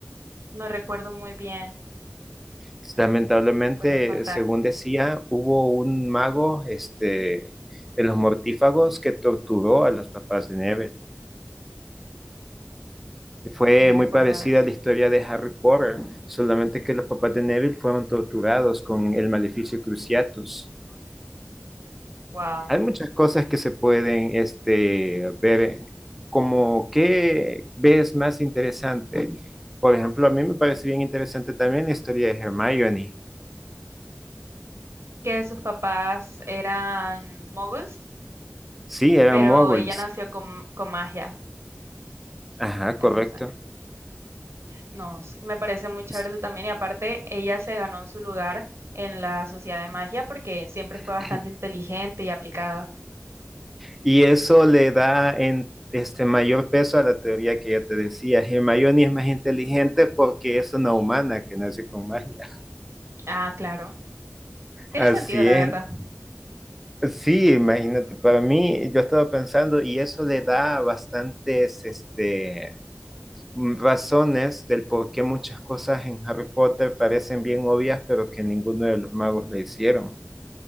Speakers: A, on the right; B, in the centre.
A: No recuerdo muy bien,
B: pues, Lamentablemente,
A: me podrías contar.
B: según decía, hubo un mago, este, de los mortífagos que torturó a los papás de Neville. Fue
A: No recordaba
B: muy parecida
A: eso.
B: a la historia de Harry Potter, solamente que los papás de Neville fueron torturados con el maleficio Cruciatus.
A: Wow.
B: Hay muchas cosas que se pueden, este, ver, como qué ves más interesante. Por ejemplo, a mí me parece bien interesante también la historia de Hermione.
A: Que sus papás eran muggles,
B: Sí, eran
A: pero
B: muggles.
A: ella nació con, con magia.
B: Ajá, correcto.
A: Eso es No, sí, me parece muy chévere
B: pues,
A: eso también. Y aparte, ella se ganó su lugar en la sociedad de magia porque siempre
B: <clears throat>
A: fue bastante inteligente y aplicada.
B: Y eso le da en este mayor peso a la teoría que ya te decía. Hermione es más inteligente porque es una humana que nace con magia.
A: Ah, claro.
B: <laughs>
A: Tiene
B: Así
A: sentido, la
B: es.
A: verdad.
B: Sí, imagínate, para mí yo estaba pensando y eso le da bastantes este, razones del por qué muchas cosas en Harry Potter parecen bien obvias, pero que ninguno de los magos le hicieron.